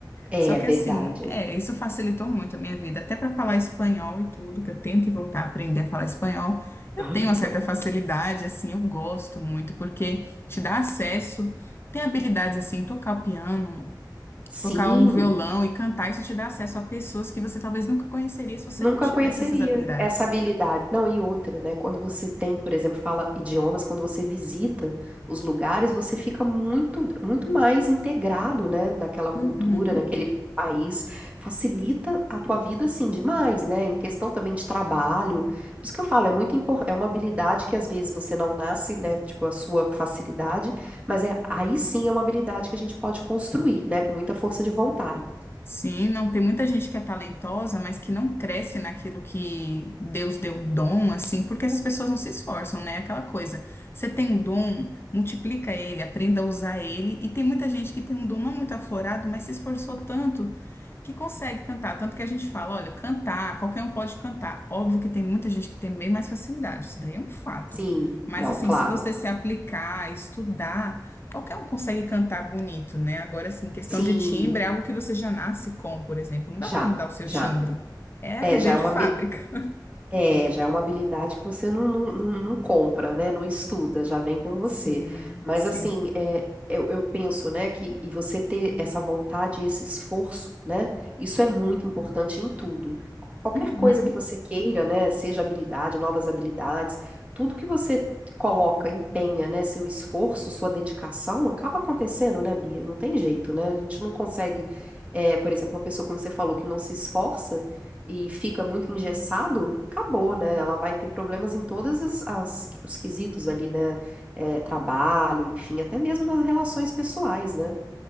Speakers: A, on the right; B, on the left.
A: É,
B: Só que
A: verdade.
B: assim, é, isso facilitou muito a minha vida, até para falar espanhol e tudo, que eu tenho que voltar a aprender a falar espanhol. Eu
A: <laughs>
B: tenho uma certa facilidade, assim, eu gosto muito, porque te dá acesso, tem habilidades assim, tocar o piano, tocar
A: Sim.
B: um violão e cantar, isso te dá acesso a pessoas que você talvez nunca conheceria se você
A: Nunca
B: não tivesse
A: conheceria
B: essas habilidades.
A: essa habilidade. Não, e outra, né? Quando você tem, por exemplo, fala idiomas, quando você visita os lugares, você fica muito, muito mais integrado, né? Naquela cultura,
B: Uhum.
A: naquele país. Facilita a tua vida, assim, demais, né? Em questão também de trabalho. Por isso que eu falo, é muito importante, é uma habilidade que às vezes você não nasce, né? Tipo, a sua facilidade, mas é aí sim é uma habilidade que a gente pode construir, né? Com muita força de vontade.
B: Sim, não tem muita gente que é talentosa, mas que não cresce naquilo que Deus deu um dom, assim, porque essas pessoas não se esforçam, né? Aquela coisa. Você tem um dom, multiplica ele, aprenda a usar ele. E tem muita gente que tem um dom não muito aflorado, mas se esforçou tanto que consegue cantar. Tanto que a gente fala, olha, cantar, qualquer um pode cantar. Óbvio que tem muita gente que tem bem mais facilidade, isso daí é um fato.
A: Sim,
B: Mas
A: não,
B: assim,
A: claro.
B: se você se aplicar, estudar, Qualquer um consegue cantar bonito, né? Agora, assim, questão
A: Sim.
B: de timbre é algo que você já nasce com, por exemplo. Não dá
A: Já,
B: para mudar o seu
A: já.
B: timbre. É
A: É,
B: ver
A: já é
B: de
A: uma,
B: fábrica.
A: habi-
B: <laughs>
A: é, já é uma habilidade que você não, não, não, não compra, né? Não estuda, já vem com você.
B: Sim,
A: Mas
B: sim.
A: assim, é, eu, eu penso, né, que e você ter essa vontade, e esse esforço, né? Isso é muito importante em tudo. Qualquer
B: Uhum.
A: coisa que você queira, né? Seja habilidade, novas habilidades, tudo que você coloca, empenha, né? Seu esforço, sua dedicação, acaba acontecendo, né, Bia? Não tem jeito, né? A gente não consegue, é, por exemplo, uma pessoa, como você falou, que não se esforça e fica muito engessado, acabou, né? Ela vai ter problemas em todas as, as- os quesitos ali, né? É, trabalho, enfim, até mesmo nas relações pessoais, né?